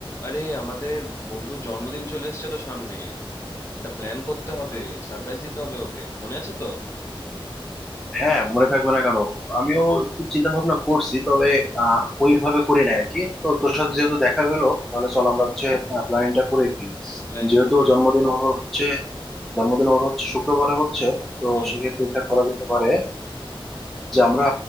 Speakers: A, on the left; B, in the centre.
A: আরে আমাদের বন্ধুর জন্মদিন চলে এসছে তো সামনে এটা প্ল্যান করতে হবে সারপ্রাইজ দিতে হবে ওকে মনে আছে তো
B: হ্যাঁ মনে থাকবে না কেন আমিও একটু চিন্তা ভাবনা করছি তবে আহ ওইভাবে করি না আর কি তো তোর সাথে
A: হুম
B: যেহেতু দেখা হলো তাহলে চল আমরা হচ্ছে প্ল্যানিংটা করে ফেলি
A: প্ল্যানিংটা
B: যেহেতু
A: করেন
B: জন্মদিন ওর হচ্ছে জন্মদিন ওর হচ্ছে শুক্রবারে হচ্ছে তো
A: হুম
B: সেক্ষেত্রে
A: হুম
B: এটা করা যেতে পারে যে আমরা